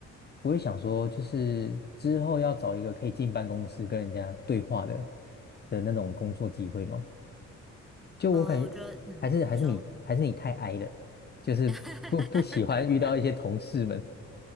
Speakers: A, on the left (about 35°); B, in the centre.
A: 不会想说，就是之后要找一个可以进办公室跟人家对话的的那种工作机会吗？就我感觉还是还是你还是你太
B: 呃，我觉得，嗯，你说。
A: i 了，就是不不喜欢遇到一些同事们。
B: <laughs>